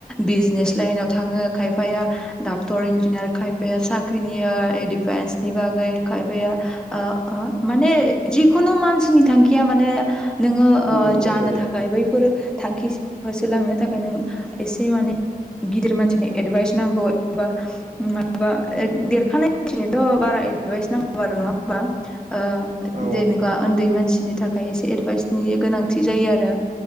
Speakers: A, in the centre; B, on the right.
A: बिजनेस लाइनाव थाङो खायफाया डाक्टर इन्जिनियार खायफाया साख्रिनि डिफेन्सनि बागै खायफाया ओ माने जिखुनु मानसिनि थांखिया माने नोङो
B: गुबुन गुबुन
A: जानो
B: जायो
A: थाखाय बैफोर थांखिसिम होसोलांनो थाखाय नों एसे माने गिदिर मानसिनि एडभाइस नांगौ एबा माबा देरखानाय मानसिनिथ' बारा एडभाइस नांगौ आरो' नङा होमबा ओ
B: औ
A: जेनेका ओन्दै मानसिनि थाखाय एसे एडभाइसनि गोनांथि जायो आरो